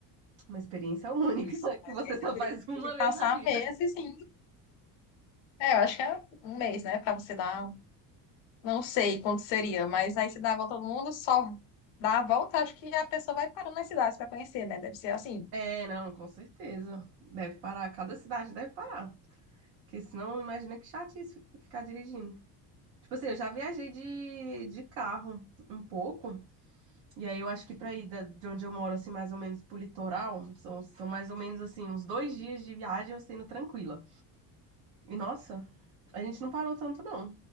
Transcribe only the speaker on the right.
Uma experiência única
<laughs>
que você
só
faz uma
vez
na vida.
É, não, com certeza. Deve parar, cada cidade deve parar. Porque senão, imagina que chatice ficar dirigindo. Tipo assim, eu já viajei de, de carro um pouco, e aí eu acho que pra ir da- de onde eu moro, assim, mais ou menos pro litoral, são, são mais ou menos, assim, uns dois dias de viagem eu sendo tranquila. E nossa, a gente não parou tanto, não.